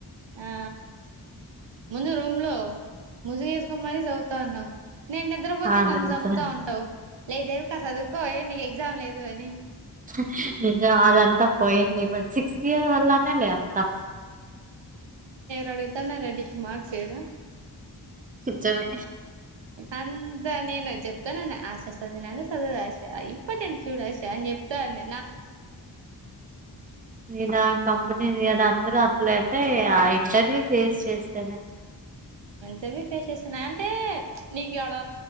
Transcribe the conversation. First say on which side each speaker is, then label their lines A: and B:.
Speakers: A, on the right; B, on the right.
A: ఆ ముందు రూమ్ లో ముజిర్ మరీ చదువుతా ఉన్నావు నేను నిద్రపోతే
B: అదంతా
A: నన్ను చంపుతా ఉంటావు లేదే కా చదువుకో నీ ఎగ్జామ్ లేదు అని
B: స ఏది జ అదంతా పోయింది బట్ సిక్స్త్ ఇయర్ వల్లనే లేత్తా
A: నడుగుతున్నా రెడ్డి మార్క్స ఏడ
B: చెమే
A: అంతా నేను చెప్తానన్న ఆశ సదున చదువు ఆశ ఇంపార్టెంట్ చూడు ఆశా అని చెప్తా ఉన్న
B: ఈ నా కంపెనీడ అందరు అట్ల అంటే ఏ ఆయి స్టడీ ఫేస్ చేస్తేనే
A: చవి ఫేస్ చేసన్నాయి అంటే నీకు ఇడ